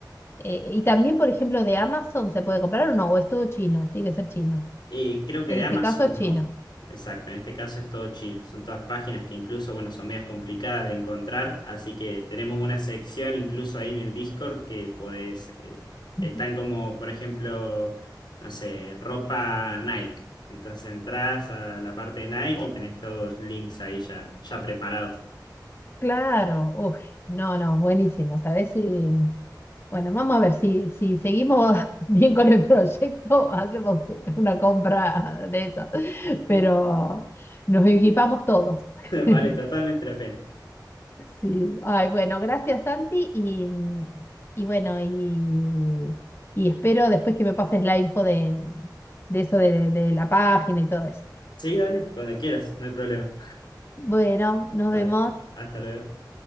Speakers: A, on the left (about 30°); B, on the left (about 80°).
A: eh, y también, por ejemplo, de Amazon se puede comprar o no, o es todo chino, tiene que ser chino.
B: Eh, creo que
A: En
B: de
A: este
B: Amazon
A: caso es chino.
B: no. Exacto, en este caso es todo chino. Son todas páginas que incluso, bueno, son medias complicadas de encontrar, así que tenemos una sección incluso ahí en el Discord que podés, eh,
A: Ujú.
B: están como, por ejemplo, no sé, ropa Nike. Entonces entras a la parte de Nike y Wow. tenés todos los links ahí ya, ya preparados.
A: Claro, uy, no, no, buenísimo. sabes si... Bueno, vamos a ver si, si seguimos <laughs> bien con el proyecto, hacemos una compra de esas,
B: Sí.
A: pero nos equipamos todos.
B: <laughs>
A: <laughs>
B: Vale totalmente la pena.
A: Sí, ay, bueno, gracias Santi y, mm, y bueno, y, y espero después que me pases la info de, de eso de, de la página y todo eso.
B: Sí, dale, cuando quieras, no hay problema.
A: Bueno, nos
B: vale
A: vemos.
B: hasta luego.